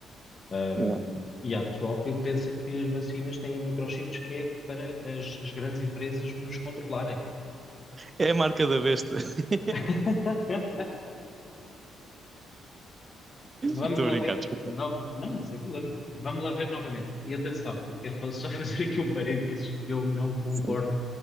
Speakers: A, on the left; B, on the right.
A: Ahm,
B: Não,
A: e há pessoal que pensa que as vacinas têm microchips que é para as as grandes empresas nos controlarem.
B: É a marca da besta. <laughs>
A: <laughs> Vamos
B: Estou
A: lá
B: a brincar.
A: ver.
B: desculpa.
A: Novo... Não, sem problema. Vamos lá ver novamente. E atenção, eu quero fa- só <laughs> fazer aqui um parênteses que eu não concordo,
B: sim,